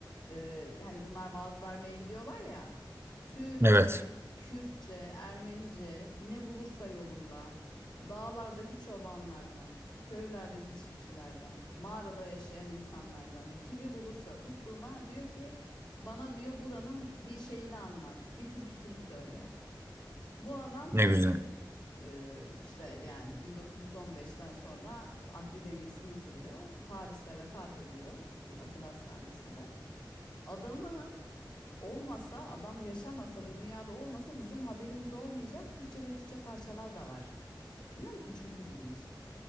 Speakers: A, on the left; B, on the right.
A: e, hani bunlar vaaz vermeye gidiyorlar ya. Türkçe,
B: Evet.
A: Kürtçe, Ermenice ne bulursa yolunda. Dağlardaki çobanlardan, köylerdeki çiftçilerden, mağarada yaşayan insanlardan kimi bulursa tuttuğuna diyor ki bana diyor buranın bir şeyini anlat, bir türküsünü söyle. Bu adam
B: Ne
A: tabii
B: güzel.
A: e, işte yani 1915'ten sonra akli dengesini yitiriyor. Paris'te vefat ediyor bir akıl hastanesinde. Adamın olmasa, adam yaşamasa, bu dünyada olmasa bizim haberimiz olmayacak Türkçe ve Kürtçe parçalar da var. Biliyor musun? Çok ilginç.